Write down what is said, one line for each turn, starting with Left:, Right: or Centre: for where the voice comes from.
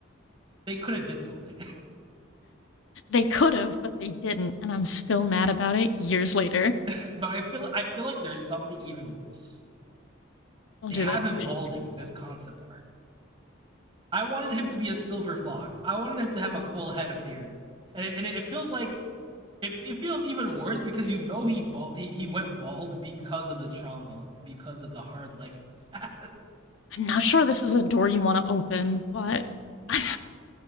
Right: they could have did something.
Left: They could have, but they didn't, and I'm still mad about it years later.
Right: <laughs> but I feel, I feel like there's something even worse.
Left: Don't
Right: They
Left: do
Right: have
Left: that
Right: him
Left: to me.
Right: balding in his concept art. I wanted him to be a silver fox. I wanted him to have a full head of hair, and it, and it feels like it, it feels even worse because you know he bald, he, he went bald because of the trauma and because of the hard life in the past.
Left: I'm not sure this is a door you want to open, but <laughs>